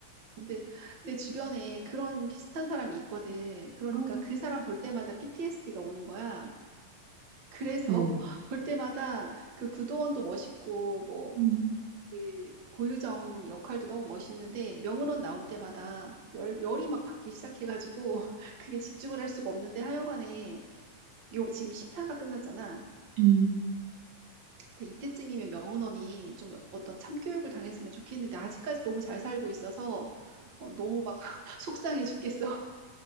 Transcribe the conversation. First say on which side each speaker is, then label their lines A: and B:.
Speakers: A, on the right; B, on the right.
A: 근데 내 주변에 그런 비슷한 사람이 있거든. 그러니까
B: 음.
A: 그 사람 볼 때마다 PTSD가 오는 거야. 그래서
B: 음,
A: <laughs> 볼 때마다 그 구도원도 멋있고 뭐
B: 음.
A: 이 고유정 역할도 너무 멋있는데 명은원 나올 때마다 열, 열이 막 받기 시작해가지고 <laughs> 그게 집중을 할 수가 없는데 하여간에 요 지금 10회가 끝났잖아.
B: 음.
A: 그래서 이때쯤이면 명은원이 좀 어떤 참교육을 당했으면 좋겠는데 아직까지 너무 잘 살고 있어서 어, 너무 막 <laughs> 속상해 죽겠어. <laughs>